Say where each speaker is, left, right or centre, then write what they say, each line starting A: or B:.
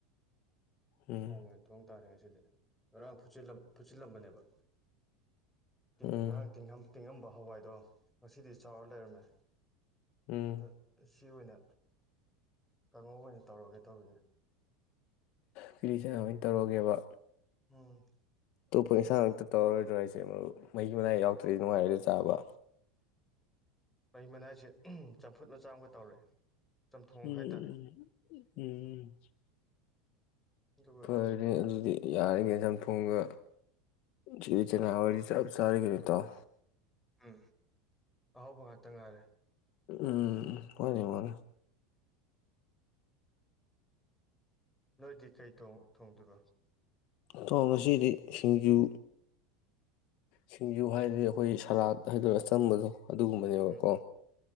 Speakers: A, on the left; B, in the centre.
A: ꯎꯝ
B: ꯊꯣꯡꯉꯦ ꯊꯣꯡ ꯇꯥꯔꯦ ꯁꯤꯗꯤ ꯉꯔꯥꯡ ꯐꯨꯠꯆꯤꯜꯂꯝ ꯐꯨꯠꯆꯤꯜꯂꯝꯕꯅꯦꯕ ꯇꯤꯡ
A: ꯎꯝ
B: ꯉꯔꯥꯡ ꯇꯤꯡꯉꯝ ꯇꯤꯡꯉꯝꯕ ꯍꯋꯥꯏꯗꯣ ꯉꯁꯤꯗꯤ ꯆꯥꯎꯔ ꯂꯩꯔꯝꯃꯦ
A: ꯎꯝ
B: ꯑꯗ ꯁꯤ ꯑꯣꯏꯅ ꯀꯥꯡꯍꯧ ꯑꯣꯏꯅ ꯇꯧꯔꯒꯦ ꯇꯧꯔꯤꯌꯦ
A: ꯀꯤꯂꯤꯆꯅꯥ ꯑꯣꯏꯅ ꯇꯧꯔꯒꯦꯕ
B: ꯎꯝ
A: <inaudible> ꯑꯦꯟꯒ ꯑꯝꯇ ꯇꯧꯔꯔꯣꯏꯗ꯭ꯔꯣ ꯍꯥꯢꯁꯦ ꯃꯔꯨꯞ ꯃꯍꯤ ꯃꯅꯥꯏ ꯌꯥꯎꯗ꯭ꯔꯗꯤ ꯅꯨꯡꯉꯥꯏꯒꯗ꯭ꯔꯣ ꯆꯥꯕ
B: ꯃꯍꯤ ꯃꯅꯥꯏꯁꯦ ꯆꯝꯐꯨꯠ ꯃꯆꯥꯃꯒ ꯇꯧꯔꯦ ꯆꯝꯊꯣꯡ
A: ꯎꯝ
B: ꯍꯥꯏꯇꯥꯔꯦ
A: ꯎꯝ
B: ꯑꯗꯨꯒ
A: ꯐꯔꯦ ꯑꯗꯨꯗꯤ ꯌꯥꯔꯦ ꯀꯩꯅꯣ ꯆꯝꯊꯣꯡꯒ ꯀꯤꯂꯤ ꯆꯥꯅꯥꯒꯗꯤ ꯆꯞ ꯆꯥꯔꯦ ꯀꯩꯅꯣ ꯏꯇꯥꯎ
B: ꯎꯝ ꯑꯍꯥꯎꯕ ꯉꯥꯛꯇ ꯉꯥꯏꯔꯦ
A: ꯎꯝ <unintelligible>
B: ꯅꯣꯏꯗꯤ ꯀꯩ ꯇꯣꯡ ꯊꯣꯡꯗꯨꯏꯕ
A: ꯏꯊꯥꯎ ꯉꯁꯤꯗꯤ ꯁꯤꯡꯖꯨ ꯁꯤꯡꯖꯨ ꯍꯥꯏꯔꯗꯤ ꯑꯩꯈꯣꯏ ꯁꯂꯥꯠ ꯍꯥꯏꯗꯣꯏꯔ ꯑꯆꯝꯕꯗꯣ ꯑꯗꯨꯒꯨꯝꯕꯅꯦꯕꯀꯣ
B: ꯎꯝ